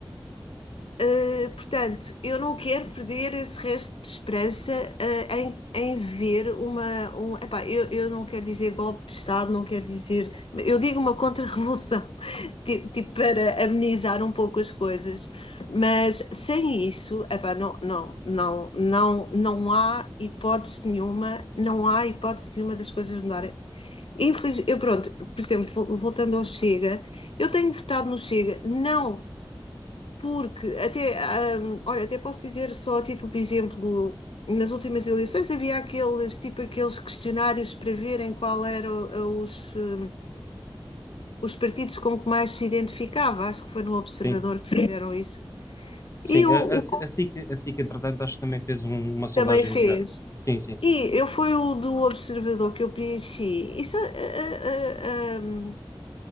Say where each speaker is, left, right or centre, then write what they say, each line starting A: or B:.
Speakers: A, on the left; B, on the left.
A: Uh, portanto, eu não quero perder esse resto de esperança uh, em, em ver uma. Um, epá, eu, eu não quero dizer golpe de Estado, não quero dizer. Eu digo uma contra-revolução, <laughs> tipo, tipo, para amenizar um pouco as coisas, mas sem isso, epá, não, não, não, não, não há hipótese nenhuma, não há hipótese nenhuma das coisas mudarem. Infeliz, eu pronto, por exemplo, voltando ao Chega, eu tenho votado no Chega, não porque até, ahm, olha, até posso dizer só a título de exemplo, nas últimas eleições havia aqueles, tipo aqueles questionários para verem qual eram os, hum, os partidos com que mais se identificava. Acho que foi no Observador
B: Sim,
A: que fizeram isso.
B: sim.
A: E o,
B: A,
A: o
B: a, a
A: Coop
B: SIC, a SIC, entretanto, acho que também fez um- uma sondagem
A: também fez.
B: do género. Sim, sim, sim.
A: E eu foi o do Observador que eu preenchi. Isso, ah, ah, ah, hum,